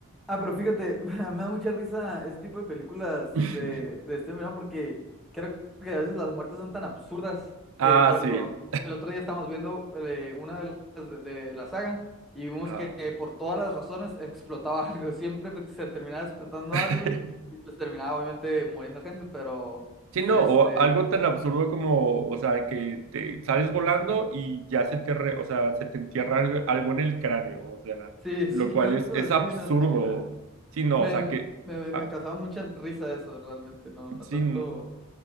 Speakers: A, in the centre; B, on the right.
A: Ah, pero fíjate, <laughs> me da mucha risa ese tipo de películas
B: <laughs>
A: de, de este verano porque creo que a veces las muertes son tan absurdas
B: Ah,
A: que, por ejemplo,
B: sí.
A: el otro día estábamos viendo eh, una de las de, la saga y vimos
B: Ah.
A: que, eh, por todas las razones explotaba <laughs> algo, siempre pues, se terminaba explotando
B: <laughs>
A: algo y pues terminaba obviamente muriendo gente, pero
B: Sí, no,
A: este,
B: o algo tan absurdo como, o sea, que te sales volando y ya se te, re- o sea, se te entierra algo, algo en el cráneo, o sea,
A: sí,
B: lo
A: sí,
B: cual
A: <laughs> cosas
B: es,
A: así
B: es absurdo.
A: en la película.
B: Sí, no,
A: Me,
B: o sea,
A: me,
B: que,
A: me- me
B: ah,
A: causaba mucha risa eso realmente, no, no
B: sí,
A: tanto,